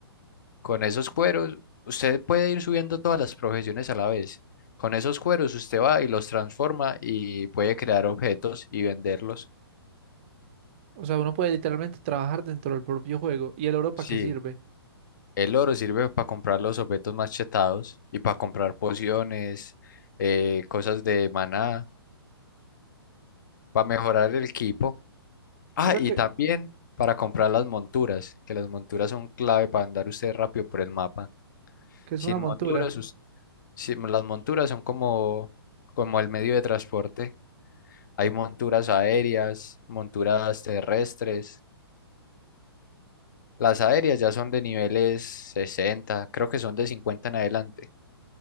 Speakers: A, on the left; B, on the right.
A: Con esos cueros, usted puede ir subiendo todas las profesiones a la vez. Con esos cueros, usted va y los transforma y puede crear objetos y venderlos.
B: O sea, uno puede literalmente trabajar dentro del propio juego. ¿Y el oro para
A: Sí,
B: qué sirve?
A: el oro sirve para comprar los objetos machetados y para comprar pociones, eh, cosas de maná, para mejorar el equipo. Ah,
B: O sea,
A: y
B: que,
A: también para comprar las monturas, que las monturas son clave para andar usted rápido por el mapa.
B: que es
A: Sin
B: una montura.
A: monturas, Ok. us- sin- las monturas son como, como el medio de transporte. Hay monturas aéreas, monturas terrestres. Las aéreas ya son de niveles sesenta, creo que son de 50 en adelante